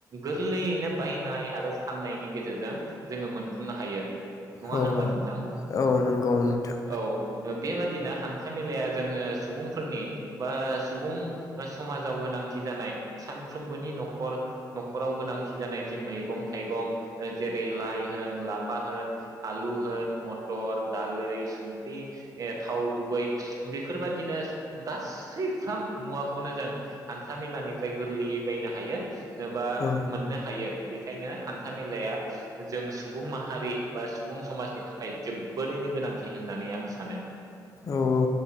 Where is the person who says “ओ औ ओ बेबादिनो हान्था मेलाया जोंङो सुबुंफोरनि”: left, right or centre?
Right